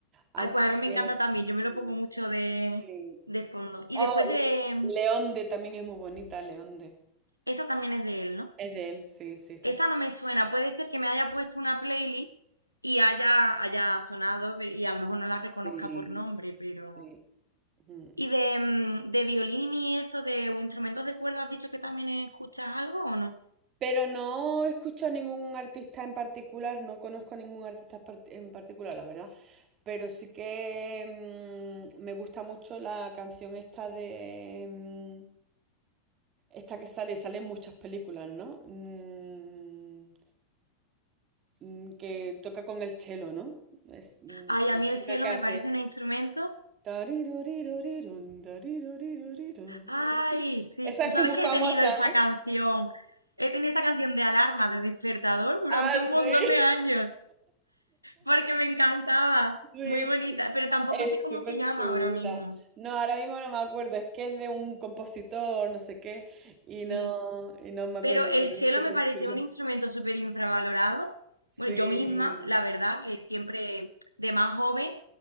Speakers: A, on the right (about 30°); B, on the right (about 85°).
A: Así
B: Ay, pues a mí me
A: que,
B: encanta también, yo me lo
A: mm,
B: pongo mucho de,
A: sí.
B: de fondo. Y
A: Oh,
B: después
A: L-
B: de...
A: Leonde también es muy bonita, Leonde.
B: Esa también es de él, ¿no?
A: Es de él, sí, sí, está.
B: Esta
A: s-
B: no me suena. Puede ser que me haya puesto una playlist y haya, haya sonado pe- y a lo mejor no la reconozca
A: Sí,
B: por nombre, pero...
A: sí. ujú.
B: ¿Y de, mm, de violín y eso, de o instrumentos de cuerda, has dicho que también escuchas algo o no?
A: Pero no escucho a ningún artista en particular, no conozco a ningún artista par- en particular, la verdad. Pero sí que mm, me gusta mucho la canción esta de... mm, esta que sale, sale en muchas películas, ¿no? Mm, mm, que toca con el chelo, ¿no? Es mm,
B: Ay, a mí el
A: una
B: cello
A: que hace.
B: me parece un instrumento.
A: "Tariroriroriron, tariroriroriron".
B: Ay, sí.
A: Esa
B: Tú
A: es
B: sabes
A: que es muy
B: que
A: famosa,
B: he tenido esa
A: ¿no?
B: canción, he tenido esa canción de alarma, de despertador durante
A: Ah,
B: un montón
A: sí,
B: de años, porque me encantaba.
A: <laughs> sí,
B: Muy bonita,
A: sí.
B: pero tampoco
A: Es
B: sé cómo
A: súper
B: se llama
A: chula.
B: ahora mismo.
A: No, ahora mismo no me acuerdo, es que es de un compositor, no sé qué, y
B: Sí.
A: no, y no me acuerdo,
B: Pero el
A: pero
B: cello
A: es súper
B: me parece
A: chula.
B: un instrumento súper infravalorado.
A: Sí,
B: Bueno, yo misma, la verdad, que siempre de más joven